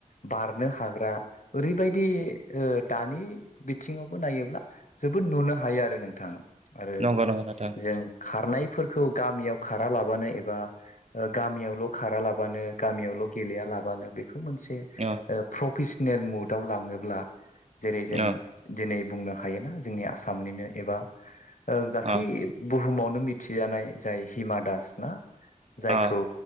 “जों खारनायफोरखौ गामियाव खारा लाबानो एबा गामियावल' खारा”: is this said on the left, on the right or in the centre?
Left